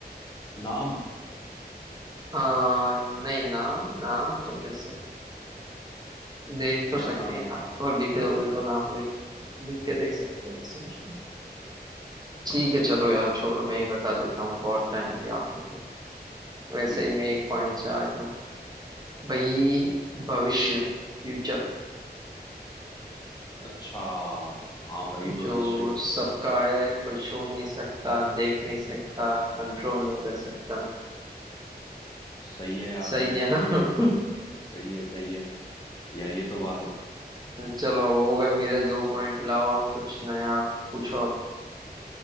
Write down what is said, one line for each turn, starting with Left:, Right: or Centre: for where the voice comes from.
Left: नाम
Right: हाँ नहीं नाम नाम तो कैसे देख तो
Left: मेरा
Right: सकते
Left: नाम
Right: हैं
Left: मेरा
Right: नाम
Left: नाम
Right: को लिख दोगे तो नाम लिख लिख के देख सकते हैं वैसे कुछ नहीं ठीक है चलो यार छोड़ो मैं ही बता देता हूँ बहुत टाइम लिया आपने तो वैसे
Left: हम्म हम्म
Right: ही मैं
Left: हम्म।
Right: एक पॉइंट से आ गया हूँ भाई भविष्य फ्यूचर
Left: अच्छा हाँ भाई भविष्य
Right: जो सबका है कोई छू नहीं सकता देख नहीं सकता कंट्रोल नहीं कर सकता
Left: सही है यार
Right: सही
Left: भविष्य
Right: है ना
Left: तो देख
Right: <laughs>
Left: सही है सही है यार ये तो बात
Right: चलो अब हो गए मेरे दो पॉइंट लाओ आप कुछ नया पूछो आप